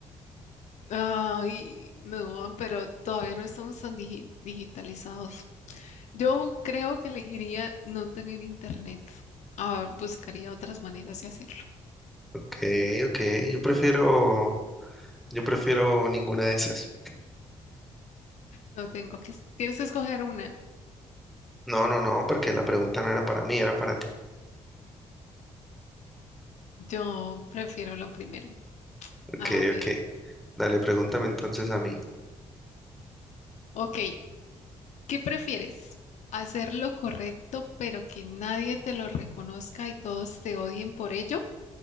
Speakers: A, on the left (about 65°); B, in the centre.
A: ay, no, pero todavía no estamos tan digi- digitalizados. Yo creo que elegiría no tener internet. Ah, buscaría otras maneras de hacerlo.
B: Ok, ok. Yo prefiero, yo prefiero ninguna de esas.
A: No tengo que, tienes que escoger una.
B: No, no, no, porque la pregunta no era para mí, era para ti.
A: Yo prefiero lo primero.
B: Ok,
A: A ver,
B: ok. Dale, pregúntame entonces a mí.
A: ok, ¿Qué prefieres? ¿Hacer lo correcto pero que nadie te lo reconozca y todos te odien por ello?